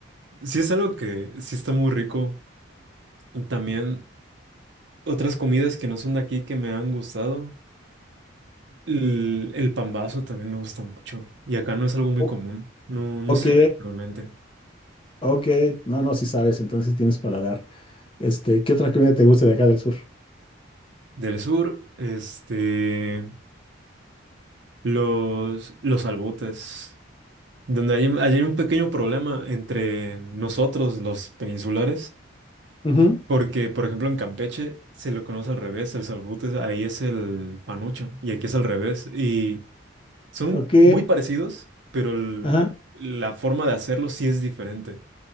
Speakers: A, on the right; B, on the left.
A: sí es algo que sí está muy rico. También otras comidas que no son de aquí que me han gustado. El, el pambazo también me gusta mucho y acá no es algo muy
B: O-
A: común, no, no
B: Ok,
A: se ve normalmente.
B: ok. No, no, si sabes, entonces tienes paladar. Este, ¿qué otra comida te gusta de acá del sur?
A: Del sur, este, los, los albutes. Donde hay, ahí hay un pequeño problema entre nosotros, los peninsulares,
B: Ujú,
A: porque, por ejemplo, en Campeche se lo conoce al revés, el salbute ahí es el panucho y aquí es al revés. Y son
B: Ok,
A: muy parecidos, pero el-
B: ajá,
A: la forma de hacerlo sí es diferente,